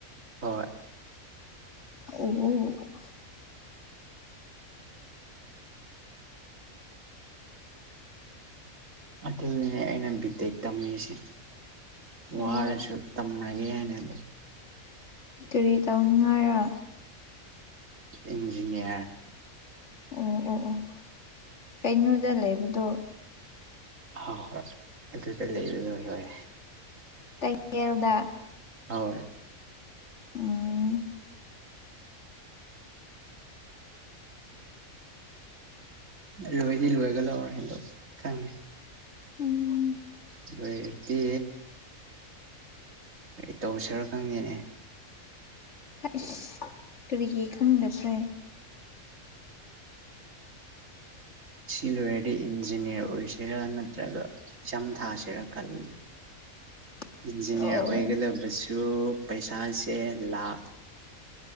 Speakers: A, on the right; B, on the left.
A: ꯍꯣꯏ
B: ꯑꯣ
A: ꯑꯗꯨꯗꯨꯅꯦ ꯑꯩꯅ ꯕꯤ ꯇꯦꯛ ꯇꯝꯃꯤꯁꯦ
B: ꯑꯣ
A: ꯋꯥꯔꯁꯨ ꯇꯝꯔꯒꯦꯅ ꯑꯗꯨꯝ
B: ꯀꯔꯤ ꯇꯧꯅꯤꯡꯉꯥꯏꯔꯥ
A: ꯆꯤꯟꯖꯨꯅꯦ
B: ꯎꯝ ꯎ ꯎꯝ ꯀꯩꯅꯣꯗ ꯂꯩꯕꯗꯣ
A: ꯍꯣꯏ ꯍꯣꯏ ꯑꯗꯨꯗ ꯂꯩꯕ ꯅꯣꯏ ꯍꯣꯏ
B: ꯇꯛꯌꯦꯜꯗ
A: ꯍꯣꯏ
B: ꯎꯝ
A: ꯂꯣꯏꯗꯤ ꯂꯣꯏꯒ ꯂꯧꯔꯦꯗꯣ ꯈꯪꯉꯦ
B: ꯎꯝ
A: ꯑꯗꯨꯏꯗꯤ ꯑꯩ ꯇꯧꯁꯤꯔ ꯈꯪꯗꯦꯅꯦ
B: ꯑꯩꯁ ꯀꯔꯤꯒꯤ ꯈꯪꯗꯕ꯭ꯔꯦ
A: ꯁꯤ ꯂꯣꯏꯔꯗꯤ ꯏꯟꯖꯤꯅꯤꯌꯥꯔ ꯑꯣꯏꯁꯤꯔꯥ ꯅꯠꯇ꯭ꯔꯒ ꯑꯦꯛꯖꯥꯝ ꯊꯥꯁꯤꯔꯥ ꯈꯜꯂꯤ
B: <inaudible>
A: ꯏꯟꯖꯤꯅꯤꯌꯥꯔ
B: ꯑꯣ
A: ꯑꯣꯏꯒꯗꯕꯁꯨ ꯄꯩꯁꯥꯁꯦ ꯂꯥꯛ